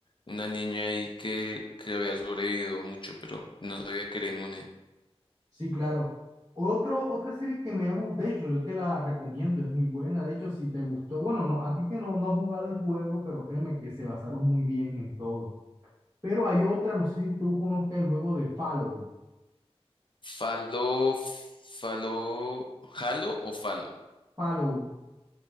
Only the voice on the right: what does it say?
Sí, claro. Otro, otra serie que me ha gustado, de hecho, yo te la recomiendo, es muy buena. De hecho, si te gustó, bueno, no, a ti que no, no has jugado el juego, pero créeme que se basaron muy bien en todo. Pero hay otra, no sé si tú conozcas el juego de Fallout.
Fallout.